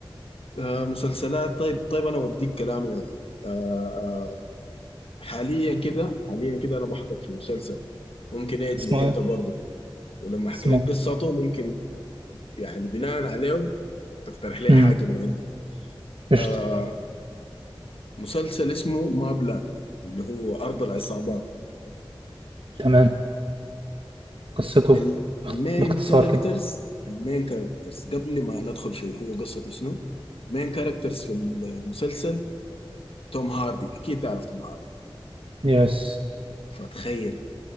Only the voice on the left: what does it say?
آه مسلسلات طيب طيب انا اوديك كلام يا مان. آه آه حاليا كده حاليا كده انا بحضر في مسلسل ممكن يعجبك
انت
برضه ولما احكي
لك قصته ممكن يعني بناء عليه تقترح لي
حاجه من عندك
آه مسلسل اسمه مابلاند اللي هو ارض العصابات
المين
كاركترز
المين كاركترز قبل ما ندخل في هو قصته شنو مين كاركترز في المسلسل توم هاردي اكيد تعرف توم هاردي
فتخيل